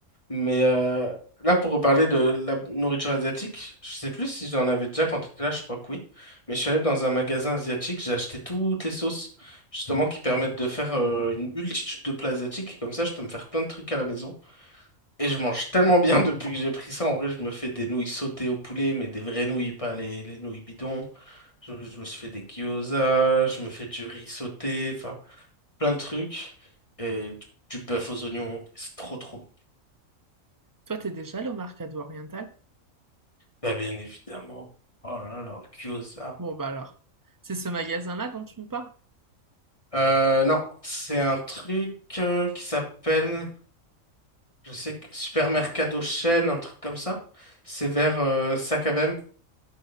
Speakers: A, on the left (about 25°); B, on the right (about 15°).
A: Mais euh, là, pour reparler de la nourriture asiatique, je sais plus si j'en avais déjà quand tu étais là, je crois que oui. Mais je suis allé dans un magasin asiatique, j'ai acheté toutes les sauces, justement, qui permettent de faire euh, une multitude de plats asiatiques. Et comme ça, je peux me faire plein de trucs à la maison. Et je mange tellement bien <laughs> depuis que j'ai pris ça. En vrai, je me fais des nouilles sautées au poulet, mais des vraies nouilles, pas les, les nouilles bidons. Je, je me suis fait des gyoza, je me fais du riz sauté, enfin, plein de trucs. Et du, du bœuf aux oignons, c'est trop, trop bon.
B: Toi, t'es déjà allé au Mercado Oriental?
A: Bah, bien évidemment. Oh là là, leur gyoza.
B: Bon, bah alors. C'est ce magasin-là dont tu me parles?
A: Euh, non, c'est un truc euh, qui s'appelle, je sais, que- Supermercado Chaîne, un truc comme ça. C'est vers euh, Sacavem,